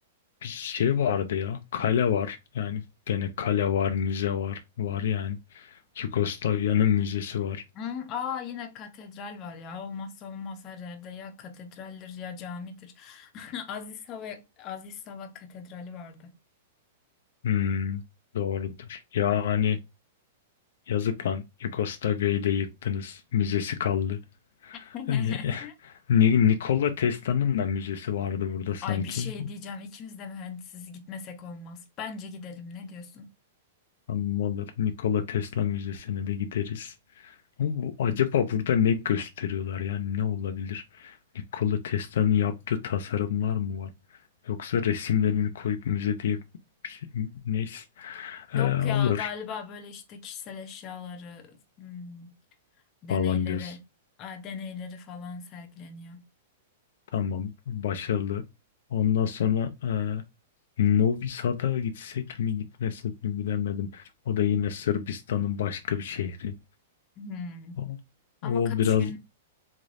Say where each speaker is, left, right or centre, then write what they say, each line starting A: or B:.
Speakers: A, on the left; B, on the left.
A: bir şey vardı ya. Kale var. Yani gene kale var, müze var. Var yani. Yugoslavya'nın müzesi var.
B: Hı, aa yine katedral var ya. Olmazsa olmaz her yerde ya katedraldir ya camidir. <laughs> Aziz Hava Aziz Hava Katedrali vardı.
A: Hmm, doğrudur. Ya hani yazık lan. Yugoslavya'yı da yıktınız. Müzesi kaldı.
B: <laughs>
A: Ne? Ni- Nikola Tesla'nın da müzesi vardı burada sanki.
B: Ay bir şey diyeceğim. ikimiz de mühendisiz gitmesek olmaz. Bence gidelim. Ne diyorsun?
A: Ama olur. Nikola Tesla Müzesi'ne de gideriz. Ama bu- acaba burada ne gösteriyorlar yani ne olabilir? Nikola Tesla'nın yaptığı tasarımlar mı var? Yoksa resimlerini koyup müze diye bir şey, neyse
B: Yok
A: Ee, olur
B: ya galiba böyle işte kişisel eşyaları, hmm, deneyleri,
A: falan diyorsun.
B: a, deneyleri falan sergileniyor.
A: Tamam başarılı. Ondan sonra e, Novi Sad'a gitsek mi gitmesek mi bilemedim. O da yine Sırbistan'ın başka bir şehri.
B: Hmm.
A: O,
B: Ama
A: o
B: kaç
A: biraz
B: gün?